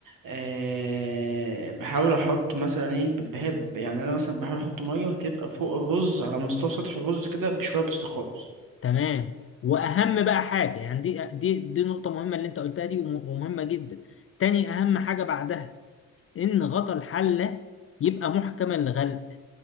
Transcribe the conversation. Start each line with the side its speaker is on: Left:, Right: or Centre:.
Right: أه بحاول احط مثلا ايه بحب يعني انا مثلا بحاول احط ميه تبقى فوق الرز على مستوى سطح الرز كده بشويه بسيطه خالص
Left: تمام واهم بقى حاجه يعني دي دي دي نقطه مهمه اللي انت قلتها دي وم- ومهمه جدا تاني اهم حاجه بعدها ان غطا الحله يبقى محكم الغلق